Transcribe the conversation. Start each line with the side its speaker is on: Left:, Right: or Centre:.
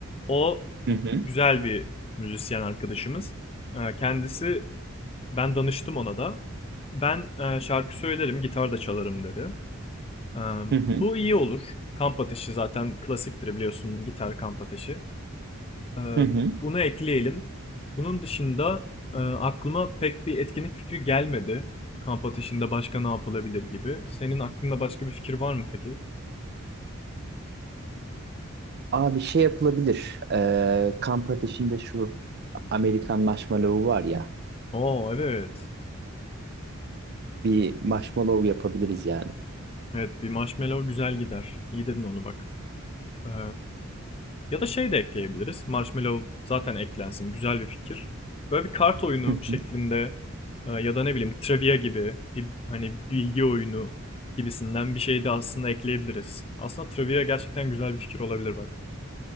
Left: O
Right: Hı hı,
Left: güzel bir müzisyen arkadaşımız. Ee, kendisi ben danıştım ona da. Ben e, şarkı söylerim, gitar da çalarım dedi. Ee,
Right: hı hı,
Left: bu iyi olur. Kamp ateşi zaten klasiktir biliyorsun gitar kamp ateşi. Ee,
Right: hı hı.
Left: bunu ekleyelim. Bunun dışında e, aklıma pek bir etkinlik fikri gelmedi. Kamp ateşinde başka ne yapılabilir gibi. Senin aklında başka bir fikir var mı peki?
Right: Abi şey yapılabilir. Ee, kamp ateşinde şu Amerikan marshmallow var ya.
Left: Oo evet.
Right: Bir marshmallow yapabiliriz yani.
Left: Evet bir marshmallow güzel gider. İyi dedin onu bak. Eee, ya da şey de ekleyebiliriz. Marshmallow zaten eklensin. Güzel bir fikir. Böyle bir kart oyunu
Right: hı
Left: şeklinde
Right: hı.
Left: e, ya da ne bileyim trivia gibi bir hani bilgi oyunu gibisinden bir şey de aslında ekleyebiliriz. Aslında trivia gerçekten güzel bir fikir olabilir bak.